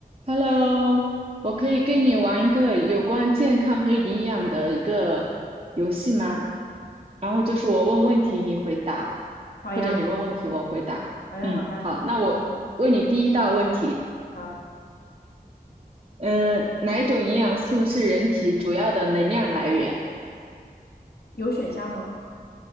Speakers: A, on the right; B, on the left.
A: Hello，我可以跟你玩一个有关健康和营养的一个游戏吗？然后就是我问问题，你回答，
B: 好呀，
A: 或者你问问题，我回答。
B: 好呀，
A: 嗯，
B: 好呀，
A: 好，那我问你第一道问题，
B: 你先问。好，
A: 嗯，哪一种营养素是人体主要的能量来源？
B: 有选项吗？